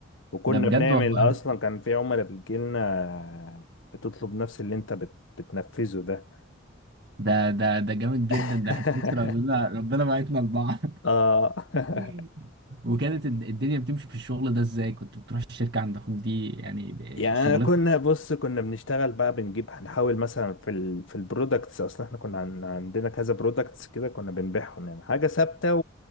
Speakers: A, on the left; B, on the right.
A: وكنا
B: ده بجد
A: بنعمل
B: والله
A: اصلا كان في عملاء بتجيلنا بتطلب نفس اللي انت بت... بتنفذه ده
B: ده ده ده جامد جدا
A: <laughs>
B: ده احنا بص ربنا ربنا بعتنا لبعض
A: اه <laughs>
B: <laughs> وكانت الد- الدنيا بتمشي في الشغل ده ازاي كنت بتروح الشركة عند اخوك دي يعني ب-
A: يعني
B: شغلتك
A: أنا كنا بص كنا بنشتغل بقى بنجيب هنحاول مثلا في ال في البرودكتس اصلا احنا كنا عن عندنا كذا برودكتس كده كنا بنبيعهم يعني حاجه ثابته